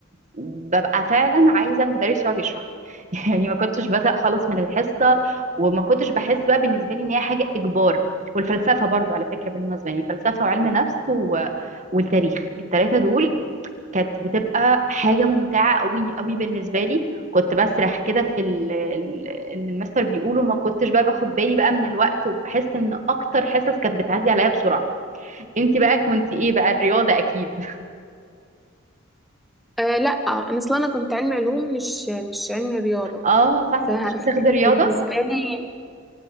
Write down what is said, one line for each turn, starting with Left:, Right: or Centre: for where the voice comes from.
Right: ببقى فعلا عايزة المدرس يقعد يشرح <laughs> يعني ما كنتش بزهق خالص من الحصة وما كنتش بحس بقى بالنسبة لي ان هي حاجة اجبار والفلسفة برضو على فكرة بالمناسبة يعني فلسفة وعلم نفس و... والتاريخ التلاتة دول كانت بتبقى حاجة ممتعة قوي قوي بالنسبة لي كنت بسرح كده في ال- ال- اللي المستر بيقوله ما كنتش بقى باخد بالي بقى من الوقت وبحس ان اكتر حصص كانت بتعدي عليا بسرعة انتي بقى كنتي ايه بقى الرياضة اكيد
Centre: آه لا انا اصلا انا كنت علمي علوم مش مش علمي رياضه
Right: اه صح
Centre: فبالنسبه
Right: ما كنتش بتاخدي رياضة
Centre: لي